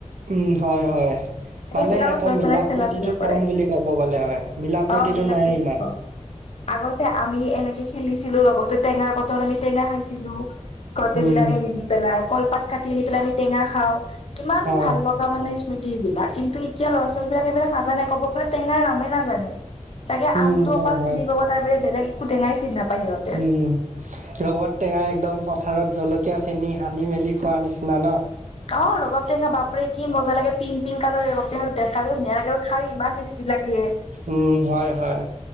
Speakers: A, on the right; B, on the left.
A: উমঁ, হয়-হয়।
B: সেইবিলাকত
A: মানে সিহঁত
B: লৈ
A: - মিলা-প্ৰিতি
B: পেলাই খেলা ধূলা কৰে
A: কম বুলি ক'ব গ'লে হয়, মিলা-প্ৰিতি
B: অ
A: প্ৰতিটো
B: মিলা
A: নাই
B: প্ৰীতিটো
A: ইমান।
B: ক আগতে আমি এনেকে খেলিছিলো লগতে টেঙাৰ বতৰত আমি টেঙা খাইছিলো। গোটেই
A: উম
B: বিলাকে মিলি পেলাই, কলপাত কাটি আনি পেলাই আমি টেঙা খাওঁ, কিমান
A: অ
B: ভাল লগ <unintelligible> স্মৃতি এইবিলাক। কিন্তু এতিয়া ল'ৰা-ছোৱালীবিলাক এইবিলাক নাজানে ক'ব গ'লে টেঙাৰ নামেই নাজানে। চাগে
A: উম,
B: আমটো
A: হয়
B: অকল
A: হয়।
B: চিনি পাব তাৰ বাহিৰে বেলেগ একো টেঙাই চিনি নাপায় সিহঁতে।
A: উমঁ। ৰবাব টেঙাই একদম পথাৰত জলকীয়া, চেনি সানি মেলি খোৱাৰ নিচিনা ন।
B: অঁ', -ৰবাব টেঙা বাপৰে কি মজা লাগে পিং-পিং কালাৰৰ ৰবাব টেঙা দেখা ধুনীয়া লাগে আৰু খাই ইমান টেষ্টি লাগে।
A: উমঁ, হয়-হয়।